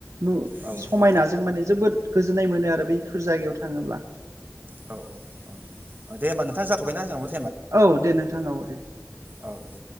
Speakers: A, on the right; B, on the right.
A: नु
B: औ
A: समायना जोबोद गोजोन नाय मोनो आरो बैफोर जायगायाव थाङोब्ला
B: औ औ औ दे होनबा नोंथां जा <unintelligible>
A: औ दे नोंथां औ दे
B: औ दे